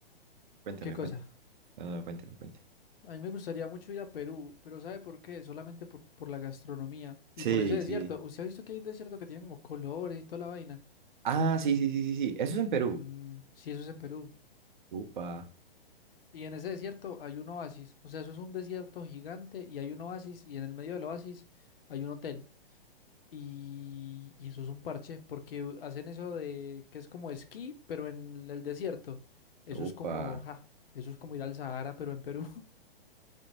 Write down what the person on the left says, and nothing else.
¿qué cosa?
A mí me gustaría mucho ir a Perú, pero ¿sabe por qué? Solamente por, por la gastronomía
y por ese desierto.
¿Usted ha visto que hay un desierto que tiene como colores y toda la vaina?
Mm, sí, eso es en Perú.
Y en ese desierto hay un oasis. O sea, eso es un desierto gigante y hay un oasis y en el medio del oasis hay un hotel. Y, y eso es un parche porque u- hacen eso de que es como esquí, pero en el desierto. Eso es
como, ja, eso es como ir al Sahara, pero en Perú.